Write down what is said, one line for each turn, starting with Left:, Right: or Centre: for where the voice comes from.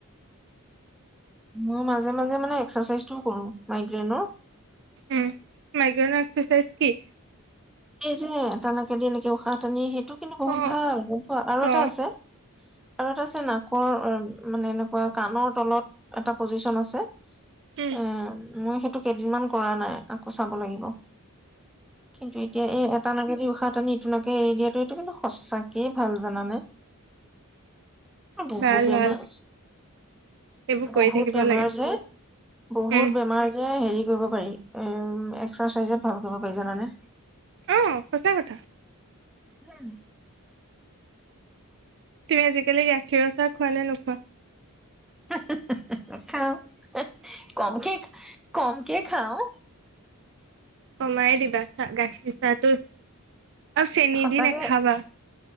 Centre: মই মাজে মাজে মানে এক্সাৰচাইজটো কৰো মাইগ্ৰেইনৰ
Right: উম মাইক্ৰন এক্সাৰচাইজ কি
Centre: এই যে তেনেকে দি এনেকে উশাহ তানি স টো কিন্তু বহুত
Right: অ
Centre: ভাল আৰু
Right: অ
Centre: এটা আছে। আৰু এটা আছে নাকৰ অ মানে এনেকুৱা ক কাণৰ তলত এটা প্ৰজিশন আছে
Right: উম
Centre: অ', মই সেত টো কেইদিনমান কৰা নাই আকৌ চাব লাগিব। কিন্তু এইটো এই এটা নাকে দিও উশাহ টানিইটোনাকেই এতিয়া এইটো কিন্তু সচাকেই ভাল জানানে বহুত
Right: ভাল
Centre: বেমাৰ
Right: ভাল। এইবোৰ কৰি
Centre: বহুত
Right: থাকিব
Centre: বেমাৰ
Right: লাগে
Centre: যে বহুত
Right: উম
Centre: বেমাৰ যে হেৰি কৰিব পাৰি এক্সৰচাইজত এম ভাল কৰিব পাৰি জানানে
Right: অ সঁচা কথা
Centre: উম
Right: তুমি আজিকালি গাখীৰৰ চাহ খোৱা নে নোখোৱা
Centre: <unintelligible> খাওঁ কমকে কমকে খাওঁ
Right: কমাই দিবা গা গাখীৰ চাহ টো আৰু চেনি
Centre: সঁচাকে
Right: দি নেখাবা